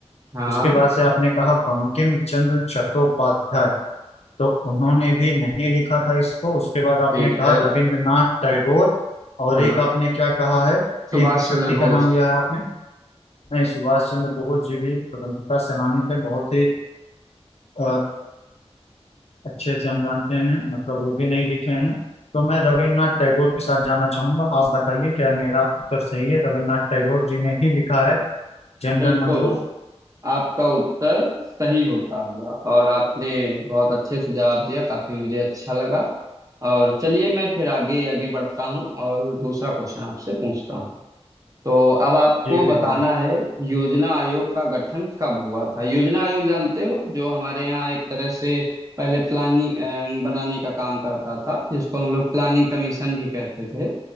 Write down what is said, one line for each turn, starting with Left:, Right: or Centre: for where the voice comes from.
Right: हाँ
Left: उसके बाद से आपने कहा बंकिम चंद्र चट्टोपाध्याय तो उन्होंने भी नहीं लिखा था इसको उसके बाद आपने
Right: ठीक
Left: कहा
Right: है
Left: रविंद्रनाथ टैगोर और
Right: हाँ
Left: एक आपने क्या कहा है
Right: सुभाष
Left: एक किस
Right: चंद्र
Left: व्यक्ति का
Right: बोस
Left: नाम लिया है आपने नहीं सुभाष चंद्र बोस जी भी स्वतंत्रता सेनानी थे बहुत ही अ, अच्छे से हम जानते हैं मतलब वो भी नहीं लिखे हैं तो मैं रविन्द्रनाथ टैगोर के साथ जाना चाहूंगा आप बताइए क्या मेरा उत्तर सही है रविन्द्रनाथ टैगोर जी ने ही लिखा है जनगण
Right: बिल्कुल
Left: मन को
Right: आपका उत्तर सही होता हुआ और आपने बहुत अच्छे से जवाब दिया काफी मुझे अच्छा लगा और चलिए मैं फिर आगे आगे बढ़ता हूँ और दूसरा क्वेश्चन आपसे पूछता हूँ तो अब आपको
Left: जी
Right: बताना
Left: बिल्कुल
Right: है योजना आयोग का गठन कब हुआ था योजना आयोग जानते हो जो हमारे यहाँ एक तरह से पहले प्लानिंग बनाने का काम करता था जिसको हम लोग प्लानिंग कमीशन भी कहते थे